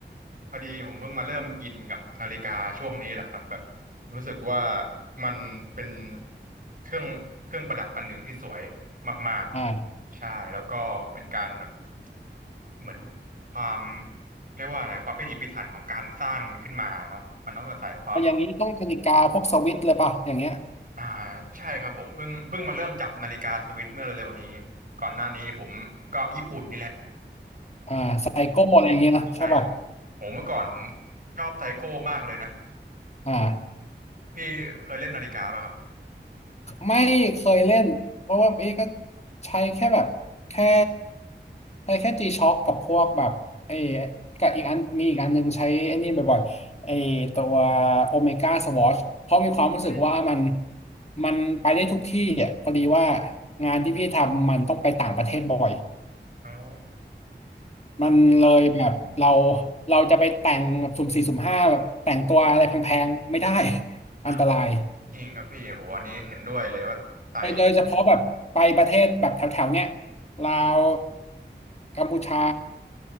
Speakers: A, on the right; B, on the left.
A: พอดีผมเพิ่งมาเริ่มอินกับนาฬิกาช่วงนี้แหละครับแบบรู้สึกว่ามันเป็นเครื่องเครื่องประดับอันหนึ่งที่สวยมากๆใช่แล้วก็เป็นการแบบ
B: อ่า
A: เหมือนความเรียกว่าอะไรความพิถีพิถันของการสร้างมันขึ้นมาเนาะมันต้องอาศัยความ
B: แต่อย่างนี้ต้องนาฬิกาพวกสวิส์เลยป่ะอย่างเงี้ย
A: อ่าใช่ครับผมเพิ่งเพิ่งมาเริ่มจับนาฬิกาสวิสเมื่อเร็วๆนี้ก่อนหน้านี้ผมก็ญี่ปุ่นนี่แหละ
B: อ่าไซโก้อะไรอย่างเงี้ยนะใช่ป่ะ
A: ใช่ ผมเมื่อก่อนผมชอบไซโก้มากเลยนะ
B: อ่า
A: พี่เคยเล่นนาฬิกาป่ะครับ
B: ไม่เคยเล่นเพราะว่าพี่ก็ใช้แค่แบบแค่ใช้แค่ G-Shock กับพวกแบบไอ้กับอีกอันมีอีกอันหนึงใช้ไอ้นี่บ่อยๆไอ้ตัวโอเมก้าสวอชเพราะมีความรู้สึกว่ามัน
A: อืม
B: มันไปได้ทุกที่อ่ะพอดีว่างานที่พี่ทำมันต้องไปต่างประเทศบ่อย
A: อ๋อ
B: มันเลยแบบเรา
A: อ๋อ
B: เราจะไปแต่งแบบสุ่มสี่สุ่มห้าแบบแต่งตัวอะไรแพงๆไม่ได้ <laughs>
A: อ่า
B: อันตราย
A: จริงครับพี่โหอันนี้เห็นด้วยเลยว่าใส่
B: โดยโดยเฉพาะแบบไปประเทศแบบแถวๆเนี้ยลาวกัมพูชา